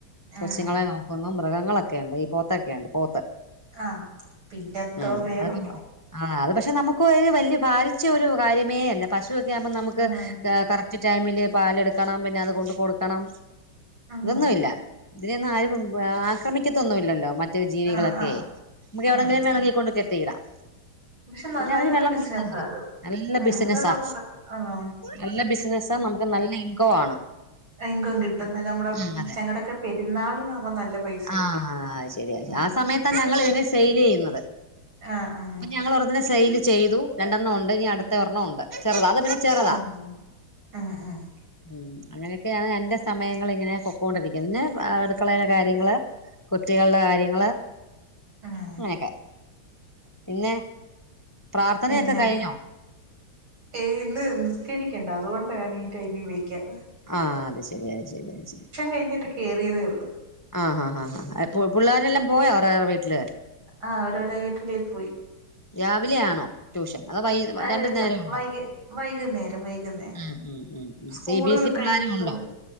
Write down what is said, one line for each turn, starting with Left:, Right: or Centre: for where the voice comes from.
Left: കൊച്ചുങ്ങളെ
Right: ഉം ഉം
Left: നോക്കി ഒന്നും മൃഗങ്ങളൊക്കെ ഉണ്ട് ഈ പോത്തൊക്കെയുണ്ട് പോത്ത്
Right: ആഹ് പിന്നെന്തോ
Left: ഉംഅപ്പോ
Right: വേണം
Left: അത് പക്ഷെ നമുക്ക് വലിയ ബാരിച്ച ഒരു കാര്യമേ അല്ല പശുവൊക്കെ ആകുമ്പോ നമുക്ക്
Right: ഉം
Left: കറക്റ്റ് ടൈമിൽ പാലെടുക്കെ കറക്കണം പിന്നെ അത് കൊണ്ട് കൊടുക്കണം
Right: ഉം
Left: ഇതൊന്നുമില്ല ഇതിനൊന്നും ആരും ആക്രമിക്കത്തൊന്നുമില്ലല്ലോ മറ്റ മറ്റ് ജീവികളൊക്കെ
Right: ആഹ് ആഹ്
Left: നമുക്ക്
Right: ആഹ്
Left: എവിടെങ്കിലും വേണെങ്കിൽ കൊണ്ട് കെട്ടി യിടാം
Right: പക്ഷെ
Left: പിന്നെ
Right: നല്ലൊരു
Left: അതിന് വെള്ളം
Right: ബിസിനസാ
Left: കൊടുത്താ മതി
Right: അത്
Left: നല്ല
Right: ഉം
Left: ബിസിനസാ
Right: വെള്ളം കൊടുത്ത് ആഹ്
Left: നല്ല ബിസിനസ്സ നമുക്ക് നല്ല ഇൻകം ആണ്
Right: എങ്കും കിട്ടുന്ന നമ്മുടെ
Left: ഉം
Right: ഞങ്ങളുടെക്കെ പെരുന്നാളിലാവകുമ നല്ല പൈസ
Left: ആഹ
Right: കിട്ടും
Left: ശരിയാ
Right: ഉം
Left: ആ സമയത്താ ഞങ്ങ ഇതിനെ സെയിൽ ചെയ്യുന്നത്
Right: ആഹ ആഹ
Left: അപ്പൊ ഞങ്ങൾ ഒരണ്ണത്തിനെ സെയിൽ ചെയ്തു രണ്ടെണ്ണം ഉണ്ട് ഇനി അടുത്ത
Right: ആഹ്
Left: ഒരെണ്ണം ഉണ്ട് ചെറുതാ അത പിന്നെ ചെറുതാ
Right: ഉം ഉം ഉം
Left: ഉം അങ്ങനൊക്കെയാണ് എന്റെ സമയങ്ങൾ ഇങ്ങനെ പൊക്കൊണ്ടിരിക്കുന്നത് പിന്ന അടുക്കളയിലെ കാര്യങ്ങള് കുട്ടികളുടെ കാര്യങ്ങള്
Right: ഉം
Left: അങ്ങനെയൊക്കെ പിന്നെ പ്രാർത്ഥനയൊക്കെ
Right: പിന്നെ
Left: കഴിഞ്ഞോ
Right: ഏയ് ഇന്ന് നിസ്കരിക്കേണ്ട അതുകൊണ്ടാണി ഈ ടൈമിൽ വിളിക്ക
Left: ആഹ് അത്ശെരി അശെരിയാ അത് ശെരിയാ
Right: കഴിഞ്ഞിട്ട് കേറിയതേ ഉള്ളു.
Left: ആഹ് ആഹ് പിള്ളോരെല്ലാം പോയാ അവറേറെ വീട്ടിൽ
Right: ആഹ് അവരോരേ വീട്ടുകളിൽ പോയി.
Left: രാവിലെ ആണോ? ട്യൂഷൻ അതോ വൈ
Right: അല്ല
Left: രണ്ടു നേരം ഉണ്ടോ
Right: വൈക വൈകുന്നേരം വൈകുന്നേരം
Left: ഉം ഉം ഉം ഉം
Right: school
Left: സി ബി എസ് ഇ പിള്ളേരും
Right: കഴിയുമ്പോൾ,
Left: ഉണ്ടോ